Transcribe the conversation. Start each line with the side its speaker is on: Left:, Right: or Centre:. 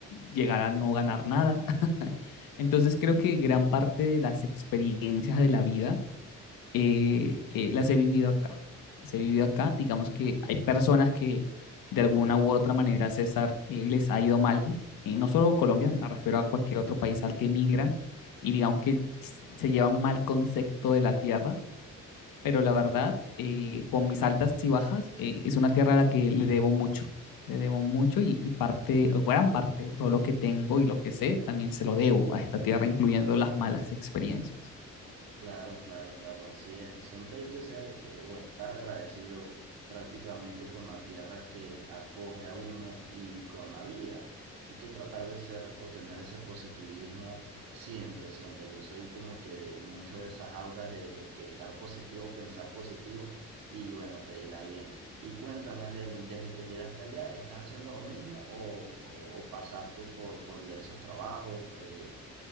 Left: llegar a no ganar nada. <laughs> Entonces creo que gran parte de las experiencias de la vida eh, eh, las he vivido acá. Las he vivido acá. Digamos que hay personas que de alguna u otra manera, César, eh, les ha ido mal. Y no solo Colombia, me refiero a cualquier otro país al que emigran y digamos que s- se lleva un mal concepto de la tierra, pero la verdad, eh, con mis altas y bajas, eh, es una tierra a la que le debo mucho. Le debo mucho y, y parte, o gran parte de todo lo que tengo y lo que sé, también se lo debo a esta tierra, incluyendo las malas experiencias.
Right: Claro, claro, claro, así es. Siempre hay que ser eh, o estar agradecido prácticamente con la tierra que acoge a uno y con la vida. Hay que tratar de ser o tener ese positivismo siempre, siempre. Yo soy como que de mucho de esas auras de, de que estar positivo, pensar positivo y bueno, te irá bien. Y cuéntame, Lewin, desde que llegaste allá, ¿estás haciendo lo mismo o, o- o pasaste por, por diversos trabajos eh,